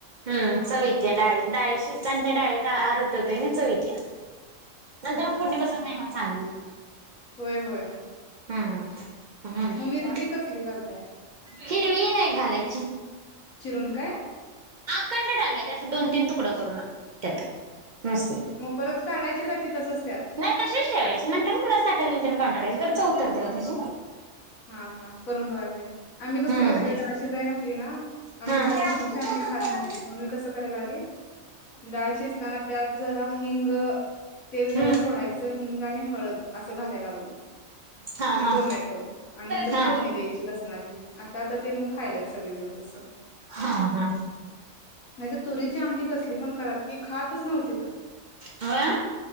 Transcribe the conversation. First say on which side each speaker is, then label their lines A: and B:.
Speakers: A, on the right; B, on the left.
A: हम्म चव इत्या डाळी डाळी शिजताना त्या डाळीत अर्त <unintelligible> चव इत्या नंतर
B: हा
A: मग
B: हा
A: फोडणी बसत नाही मग. चांगली येती.
B: होय होय
A: हम्म <inaudible> हम्म
B: मग मिरची कसली घालताय
A: <inaudible> हिरवी एक घालायची.
B: चिरून काय?
A: अकंड टाकायचे अस दोन -तीन तुकड करून त्यात. मस्त
B: मग परत काढायची का ती? तसंच.
A: नाही तशीच ठेवायची नंतर <unintelligible> काढून टाकायची तर चव उतरत्या ओ त्याजी.
B: हा हा करून बघा ते. आम्ही कसं
A: हम्म
B: करतोय डाळ शीजाय घातली ना आमच्यात
A: हा
B: आधी तुरीची आमठी
A: हम्म
B: खात नव्हतीत मग मी कसं करायला लागली, डाळ शिजताना त्यात जरा हिंग, तेल जरा
A: हम्म
B: सोडायचं हिंग आणि हळद असं घालायला लागलो.
A: हा
B: आणि
A: हा!
B: टोमॅटो आणि नंतर
A: हा
B: फोडणी द्यायची लसणाची. आत्ता आत्ता ते मग खायल्यात. सगळेजण तसं.
A: हा हा
B: नाही तर तुरीची आमटी कसली पण करा ती खातच नव्हतीत.
A: व्हय